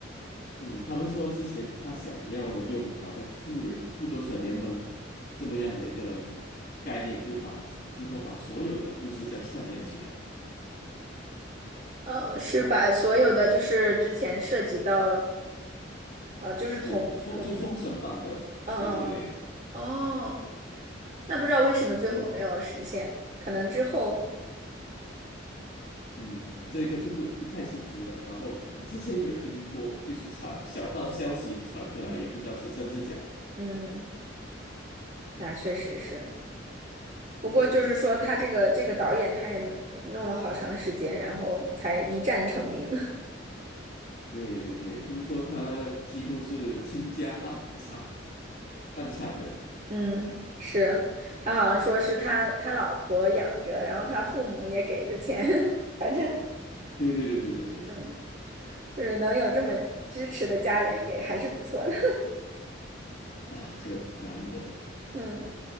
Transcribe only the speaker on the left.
嗯，他们说之前他想要用好像复联、复仇者联盟这么样的一个概念，就把整之后把所有的故事再串联起来。
对对，封就是封神榜的，
对对对，
嗯
嗯，这个就不不太清楚了。然后可能之前有听过，就是传小道消息传出来，
也不知道是真是假。
嗯，
对对对，听说他几乎是倾家荡产，荡产的。
对对对对对对，
啊，这难得。